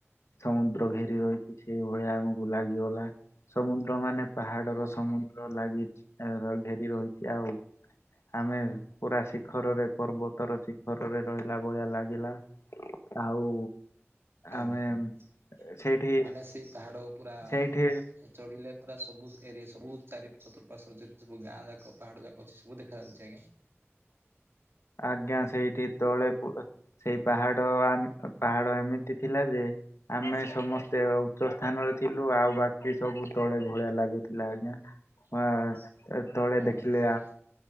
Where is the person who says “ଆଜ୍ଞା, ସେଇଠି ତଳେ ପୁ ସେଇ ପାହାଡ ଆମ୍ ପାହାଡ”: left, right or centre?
Left